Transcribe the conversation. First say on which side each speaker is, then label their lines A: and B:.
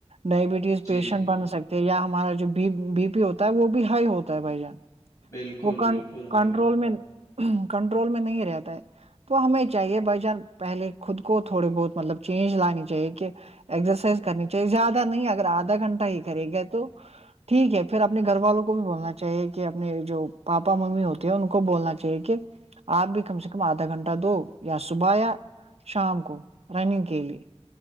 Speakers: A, on the right; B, on the left.
A: ڈائبٹیز
B: جی
A: پیشنٹ
B: جی
A: بن
B: جی
A: سکتے تو یہیا ہمارا جو بی پی ہوتا ہے وہ بھی ہائی ہوتا ہے بھائی جان
B: بالکل
A: وہ
B: بالکل
A: کنٹرول
B: ہائی ہو جاتا
A: مین
B: ہے
A: کنٹرول میں نہیں رہتا ہے تو ہمیں چاہیے بھائی جان پہلے خود کو تھوڑے بہت مطلب چینج لانی چاہیے کہ ایکسرسائز کرنی چاہیے زیادہ نہیں اگر آدھا گھنٹہ ہی کرے گا تو ٹھیک ہے پھر اپنے گھر والوں کو بھی بولنا چاہیے کہ اپنے جو پاپا ممی ہوتے ہیں ان کو بولنا چاہیے کہ آپ بھی کم سے کم آدھا گھنٹہ دو یا صبح یا شام کو رننگ کے لیے